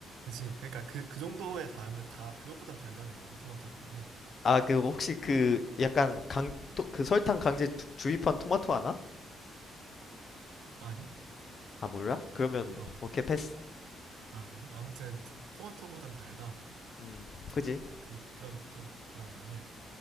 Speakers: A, on the right (about 85°); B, on the left (about 45°).
A: 그치? 그러니까 그, 그 정도의 담은 다, 그것보단 달다는 거지, 토마토보다는.
B: 아, 그, 혹시 그, 약간
A: 어,
B: 강, 토, 그 설탕 강제 주- 주입한 토마토 하나?
A: 아니?
B: 아, 몰라? 그러면,
A: 어,
B: 오케이, 패스.
A: 아, 그래? 아무튼, 토- 토마토보단 달다.
B: 음, 그지?
A: 그, 그런 느낌? 그러면은,